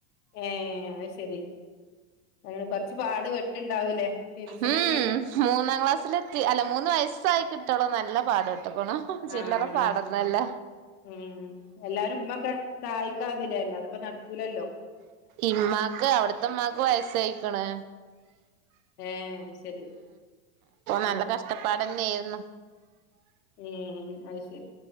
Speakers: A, on the left (about 85°); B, on the right (about 65°).
A: ഏഹ് അത് ശരി. അ കൊറച്ച് പാട് പെട്ണ്ടാവൂലേ ട ട്വിൻസിനൊക്കെ.
B: ഉം മൂന്നാം ക്ലാസില്. അല്ല മൂന്ന് വയസ്സായി കിട്ടളോ നല്ല പാട് ക്കെട്ട്ക്ക്ണ് ചില്ലറ
A: ആഹ്
B: പാടൊന്നുംന്നല്ല.
A: ഉം എല്ലാരും ഉമ്മൊക്കെ സഹായിക്കാതിലേല്ലോ അതപ്പോ നടക്കൂലല്ലോ.
B: ഇമ്മാക്ക് അവിടത്തെമ്മാക്ക് വയസായിക്ണ്.
A: ആഹ് ശരി.
B: നല്ല
A: ഉം
B: കഷ്ടപ്പാടന്നെയായിരുന്നു
A: ഉം അത് ശരി